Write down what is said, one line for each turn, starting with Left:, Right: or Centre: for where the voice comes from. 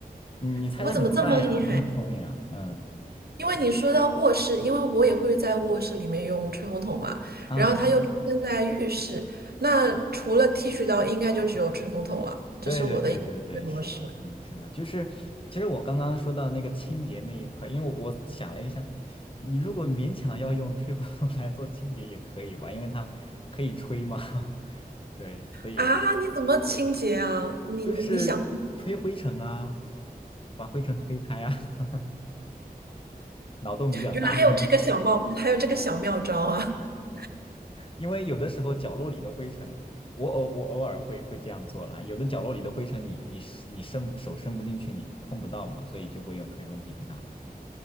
Left: 你你猜的很快呀，
Right: 我怎么这么厉害？
Left: 你很聪明啊，嗯，是的，
Right: 因为你说到卧室，因为我也会在卧室里面用吹风筒嘛，
Left: 嗯嗯，
Right: 然后它又出现在浴室，那除了剃须刀，应该就只有吹风筒了。这是我的一个模式
Left: 对对对对对，是的，嗯是的，就是其实我刚刚说到那个清洁那一块，因为我我想了一下，你如果勉强要用吹风筒来做清洁也可以吧，因为它可以吹嘛，<laughs> 对，所以
Right: 啊！你怎么清洁啊？你你你想，
Left: 就是吹灰尘啊，把灰尘吹开啊，<laughs> 脑洞比较大，
Right: 原来还有这个小妙，还有这个小妙招啊！<laughs>
Left: 因为有的时候角落里的灰尘，我偶我偶尔会会这样做啦。有的角落里的灰尘你，你你你伸手伸不进去，你碰不到嘛，所以就会用吹风机给它。